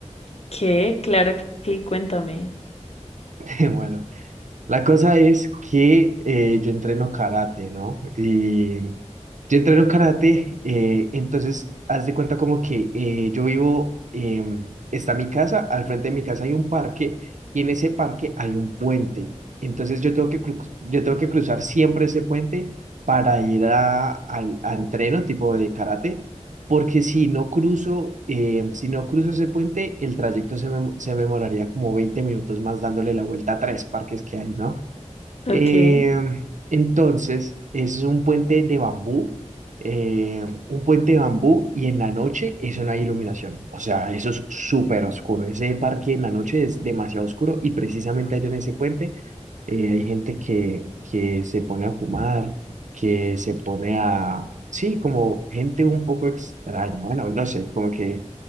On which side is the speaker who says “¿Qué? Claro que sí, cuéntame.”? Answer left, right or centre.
Left